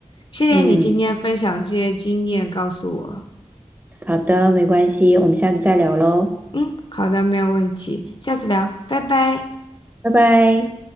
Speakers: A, on the left; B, on the right.
A: 谢谢你今天分享这些经验告诉我。
B: 嗯，好的，没关系，我们下次再聊喽，
A: 嗯，好的，没有问题，下次聊，拜拜。
B: 拜拜。